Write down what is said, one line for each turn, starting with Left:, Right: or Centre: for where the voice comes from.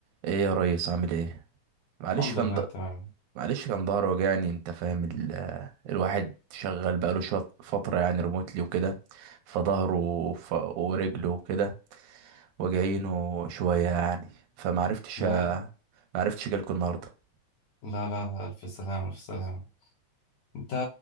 Right: ايه يا ريس عامل ايه معلش
Left: الحمد
Right: كان
Left: لله
Right: د...
Left: تمام
Right: معلش كان ظهر وجعني انت فاهم ال... الواحد شغال بقاله شويه فتره يعني ريموتلي وكده فظهره وف... ورجله وكده وجعينه شويه يعني فمعرفتش
Left: لا
Right: أ... معرفتش اجيلكوا النهارده
Left: لا لا لا ألف سلامة ألف سلامة انت